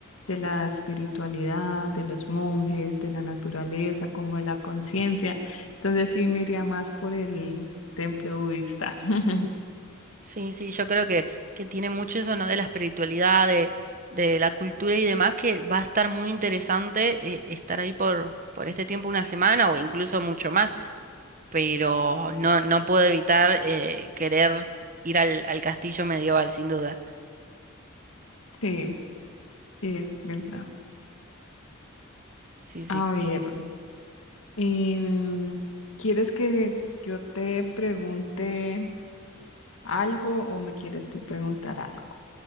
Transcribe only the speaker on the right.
Sí, sí, yo creo que, que tiene mucho eso, ¿no? De la espiritualidad, de, de la cultura y demás, que va a estar muy interesante eh, estar ahí por, por este tiempo, una semana o incluso mucho más, pero no, no puedo evitar eh, querer ir al, al castillo medieval, sin duda.
Sí, sí.